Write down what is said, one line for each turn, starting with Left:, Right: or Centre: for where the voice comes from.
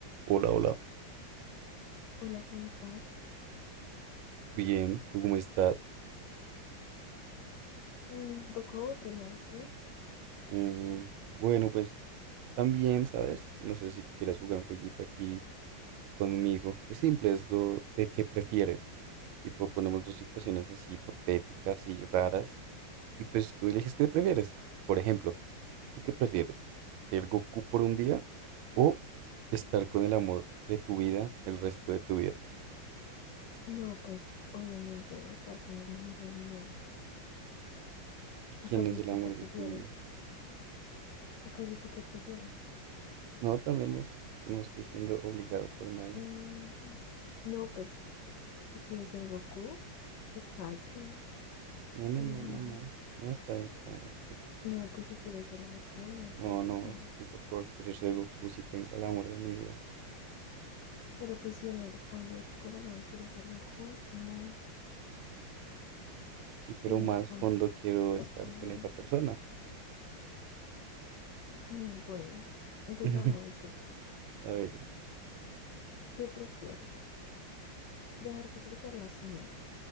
Right: Hola, hola.
Left: Hola, ¿cómo estás?
Right: Bien, ¿tú cómo estás?
Left: Mm, Un poco aburrida, ¿y tú?
Right: Mm, bueno, pues también, ¿sabes? No sé si quisieras jugar un jueguito aquí conmigo. Es simple, es lo de qué prefieres. Tipo, ponemos dos situaciones así hipotéticas y raras y pues tú eliges qué prefieres. Por ejemplo, ¿tú qué prefieres? ¿Ser Goku por un día o estar con el amor de tu vida el resto de tu vida?
Left: No, pues obviamente estar con el amor de mi vida el resto.
Right: ¿Y
Left: ¿Acaso
Right: quién es el
Left: tú
Right: amor
Left: qué prefieres?
Right: de tu vida?
Left: ¿Acaso tú qué prefieres?
Right: No, también eso. No estoy siendo obligado por nadie.
Left: Mm, no, pues si quieres ser Goku, pues cada quien,
Right: No, no,
Left: pero
Right: no,
Left: bueno.
Right: no, no. No, está bien, está bien, no te preocupes.
Left: No, pues si quieres ser Goku no hay problema.
Right: No, no, yo para qué voy a querer ser Goku si tengo al amor de mi vida.
Left: Pero pues si en el fondo de tu corazón quieres ser Goku, es como
Right: Sí, pero
Left: si en
Right: más
Left: el fondo
Right: fondo quiero
Left: respondieras.
Right: estar con esa persona.
Left: Mm, bueno, entonces
Right: <laughs>
Left: ahora voy yo.
Right: A ver.
Left: ¿Qué prefieres? dejarte crecer las uñas